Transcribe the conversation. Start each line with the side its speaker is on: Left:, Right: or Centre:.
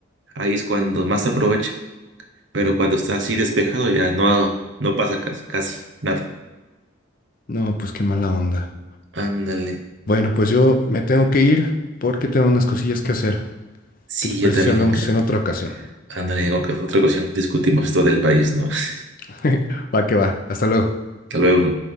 Right: ahí es cuando más se aprovecha. Pero cuando está así despejado ya no, no pasa casi, casi nada.
Left: No, pues qué mala onda.
Right: Ándale.
Left: Bueno, pues yo me tengo que ir porque tengo unas cosillas que hacer.
Right: Sí,
Left: ¿Qué te parece
Right: yo también
Left: si hablamos
Right: acá.
Left: en otra ocasión?
Right: Ándale, en oca- otra ocasión discutimos todo el país, ¿no? <laughs>
Left: <laughs> Va que va, hasta luego.
Right: Hasta luego.